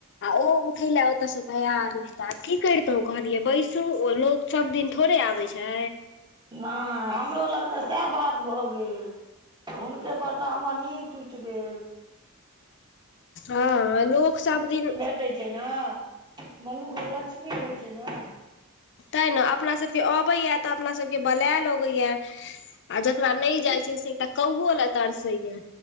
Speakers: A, on the left; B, on the right.
A: आ ओ उठय लै ओतयस तैयार नहि त आब की करितहुं कहलियै बैसू ओ लोक सब दिन थोड़े आबै छै।
B: नहि हमरो लग तऽ सैह बात भऽ गेल। हुनके पर त हमर नींन टूटि गेल।
A: हँऽ लोक सबदिन
B: कटै छै न, मनुख लक्ष्मी होइ छै न।
A: तांय ने अपना सबके अबैयैं, तऽ अपना सबके बलै लगैयैं। आ जकरा नहि जाइ छै, से एकटा कौओ ल तरसै यैं।